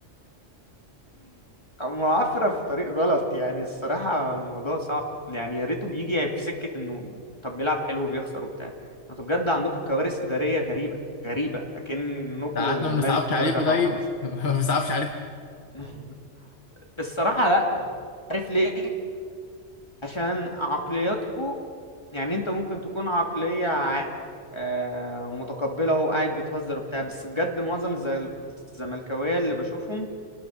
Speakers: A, on the left; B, on the left.
A: معافرة في طريق غلط يعني الصراحة الموضوع صعب يعني يا ريته بيجي في سكة انه طب بيلعب حلو وبيخسر وبتاع انتوا بجد عندكم كوارث إدارية غريبة غريبة أكنكم
B: ساعاتنا ما بنصعبش
A: نادي في الدرجة
B: عليكم
A: الرابعة
B: طيب
A: مثلا
B: <laughs> ما بنصعبش عليكم
A: <laughs> الصراحة لا عارف ليه عشان عقلياتكم يعني انت ممكن تكون عقلية ع- آه، متقبلة هو قاعد بتهزر وبتاع بس بجد معظم الز- الزملكاوية اللي بشوفهم